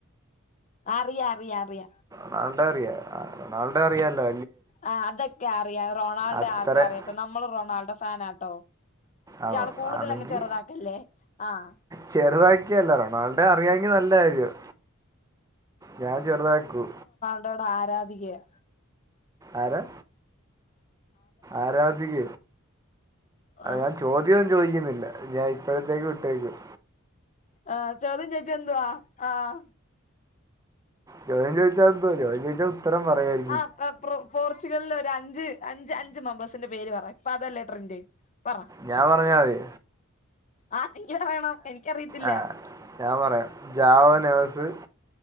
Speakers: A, on the left; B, on the right.
A: അറിയ അറിയ അറിയ
B: റൊണാൾഡോ അറിയ റൊണാൾഡേ അറിയാല്ലോ
A: ആ അതൊക്കെ അറിയാം റൊൾഡോ
B: അത്ര
A: ആർക്കും അറിയാത്ത നമ്മള് റൊണാൾഡോ ഫാനാട്ടോ
B: ആണോ
A: ഇയാള് കൂടുതൽ
B: ആണെങ്കിൽ
A: അങ്ങ് ചെറുതാക്കല്ലേ ആഹ
B: ചെറുതാക്കിയല്ല റൊണാൾഡേ അറിയാമെങ്കിൽ നല്ല കാര്യം ഞാൻ ചെറുതാക്കൂ
A: റൊണാൾഡോടെ ആരാധികയാ
B: ആരാ ആരാധിക
A: ആഹ്
B: അ ചോദ്യംന്നും ചോദിക്കുന്നില്ല ഞാൻ ഇപ്പോഴത്തേക്ക് വിട്ടേക്കുന്നു
A: ആഹ ചോദ്യം ചോദിച്ച എന്തുവാ ആഹ
B: ചോദ്യം ചോദിച്ചാന്തോ ചോദ്യം ചോദിച്ചോ ഉത്തരം പറയുവായിരിക്കും
A: ആ പോർച്ചുഗലിൽലെ അഞ്ച് അഞ്ച് അഞ്ച് മെമ്പേഴ്സിന്റെ പേര് പറ ഇപ്പൊ അതല്ലേ ട്രെൻഡ് പറ
B: ഞാൻ പറഞ്ഞാമതി
A: ആഹ് <unintelligible> എനിക്കറിയത്തില്ല
B: ആ ഞാൻ പറയാം. ജാവ നേഴ്സ്